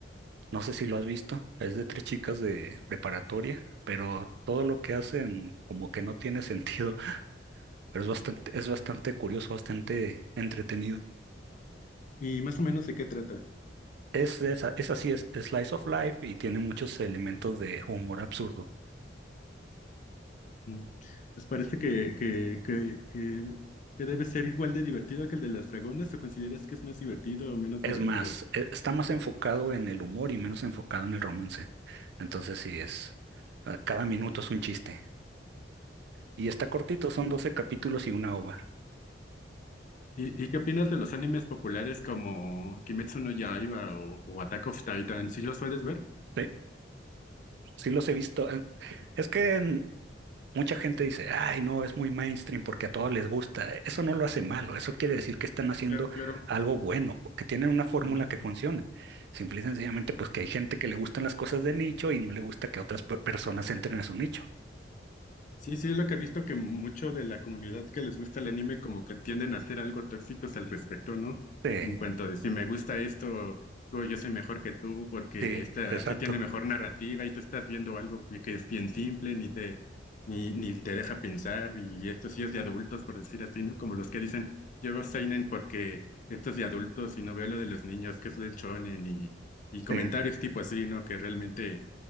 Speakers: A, on the right; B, on the left.
A: No sé si lo has visto, es de tres chicas de preparatoria, pero todo lo que hacen como que no tiene sentido, <laughs> pero es bastante, es bastante curioso, bastante entretenido.
B: Y más o menos de qué trata.
A: Es, es, es así, es, slice of life y tiene muchos elementos de humor absurdo.
B: Mm, Pues parece que, que, que, que, que debe ser igual de divertido que el de las dragonas, ¿o consideras que es más divertido o menos
A: Es
B: divertido?
A: más, e- está más enfocado en el humor y menos enfocado en el romance. Entonces sí, es, eh, cada minuto es un chiste. Y está cortito, son 12 capítulos y una ova.
B: ¿Y, y qué opinas de los animes populares como Kimetsu no Yaiba o, o Attack of Titan? ¿Sí los sueles ver?
A: Sí, sí los he visto. eh, Es que en- mucha gente dice, ay, no, es muy mainstream porque a todos les gusta. Eso no lo hace malo, eso quiere decir que están haciendo
B: Claro, claro.
A: algo bueno, que tienen una fórmula
B: Ujú.
A: que funciona. Simple y sencillamente, pues que hay gente que le gustan las cosas de nicho y no le gusta que otras per- personas entren a su nicho.
B: Sí, sí, es lo que he visto que mucho de la comunidad que les gusta el anime como que tienden a ser algo tóxicos al respecto, ¿no?
A: Sí,
B: En cuanto de si me gusta esto, tú, yo soy mejor que tú porque
A: sí,
B: esta
A: exacto.
B: sí tiene mejor narrativa y tú estás viendo algo que que es bien simple, ni te, ni, ni te deja pensar y esto sí es de adultos, por decir así, ¿no? Como los que dicen, yo veo seinen porque esto es de adultos y no veo lo de los niños, que es el shonen y, y comentarios
A: Sí,
B: tipo así, ¿no? Que realmente